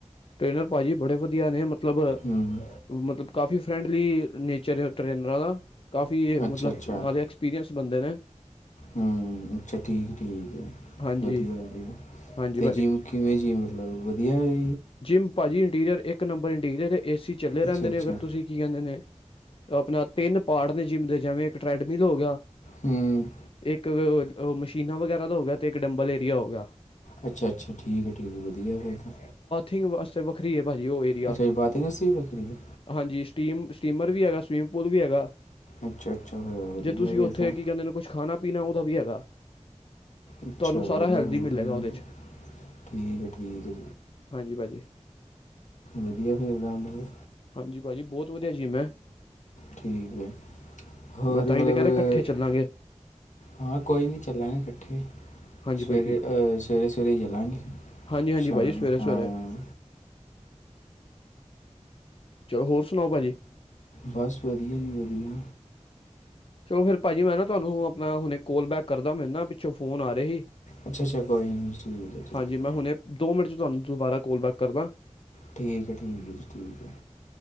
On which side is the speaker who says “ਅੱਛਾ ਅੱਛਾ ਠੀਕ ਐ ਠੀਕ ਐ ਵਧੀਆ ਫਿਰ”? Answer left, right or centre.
Left